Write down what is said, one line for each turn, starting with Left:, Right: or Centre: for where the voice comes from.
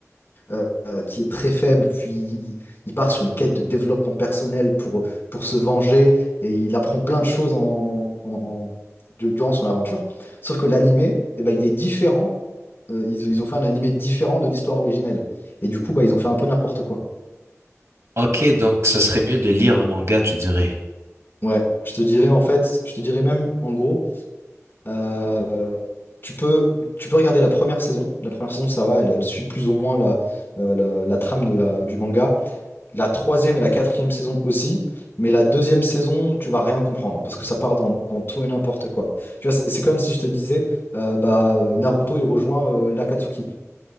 Left: euh, euh, qui est très faible, puis il, il part sur une quête de développement personnel pour, pour se venger, et il apprend plein de choses en, en- en- du- durant son aventure. Sauf que l'animé, eh ben, il est différent. Euh, ils, ils ont fait un animé différent de l'histoire originelle. Et du coup, bah, ils ont fait un peu n'importe quoi.
Right: Ok, donc ça serait mieux de lire le manga, tu dirais.
Left: Ouais, je te dirais en fait, je te dirais même en gros Euh, tu peux, tu peux regarder la première saison. La première saison, ça va, elle, elle suit plus ou moins la, euh, la, la trame de la, du manga. La troisième et la quatrième saison aussi. Mais la deuxième saison, tu vas rien comprendre parce que ça part dans, dans tout et n'importe quoi. Tu vois, c'est c'est comme si je te disais, euh, bah, euh, Naruto, il rejoint euh, l'Akatsuki.